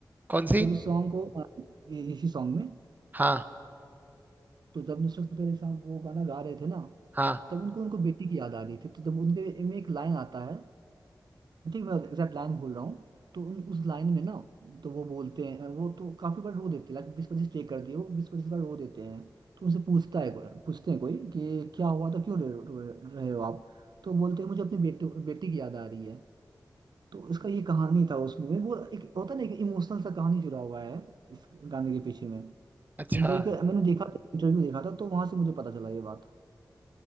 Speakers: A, on the right; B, on the right.
A: कौन सी
B: जब इस सॉन्ग को अ, ये- इसी सॉन्ग में
A: हाँ
B: तो जब नुसरत फतेह अली साहब वो गाना गा रहे थे ना
A: हाँ
B: तब उनको उनको बेटी की याद आ रही थी तो जब उनके में एक लाइन आता है आई थिंक मैं एग्जैक्ट लाइन भूल रहा हूँ तो उन उस लाइन में ना तो वो बोलते हैं वो तो काफी बार रो देते हैं लाइक बीस पच्चीस टेक करती है वो बीस पच्चीस बार रो देते हैं तो उनसे पूछता है कोई पूछते हैं कोई कि क्या हुआ था क्यों रो, रो, रहे हो आप तो बोलते हैं मुझे अपनी बेटी बेटी की याद आ रही है तो इसका ये कहानी था उस मूवी में वो एक होता है ना एक इमोशनल सा कहानी जुड़ा हुआ है इस गाने के पीछे में
A: अच्छा
B: तो उनका एक मैंने देखा था इंटरव्यू देखा था तो वहां से मुझे पता चला ये बात